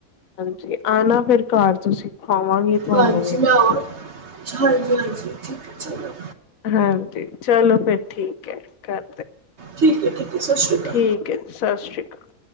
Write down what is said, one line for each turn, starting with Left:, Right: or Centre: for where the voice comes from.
Left: ਹਾਂਜੀ, ਆਣਾ ਫਿਰ ਘਰ ਤੁਸੀਂ। ਖਵਾਵਾਂਗੀ ਤੁਹਾਨੂੰ
Right: ਹਾਂਜੀ
Left: ਵੀ ਮੈਂ
Right: ਨਾ। ਹਾਂਜੀ-ਹਾਂਜੀ। ਠੀਕ ਹੈ ਠੀਕ।
Left: ਹਾਂਜੀ, ਚਲੋ ਫੇਿਰ ਠੀਕ ਹੈ ਕਰ
Right: ਠੀਕ ਹੈ ਠੀਕ ਹੈ ਸਤਿ ਸ਼੍ਰੀ ਅਕਾਲ
Left: ਠੀਕ ਹੈ। ਸਤਿ ਸ੍ਰੀ ਅਕਾਲ।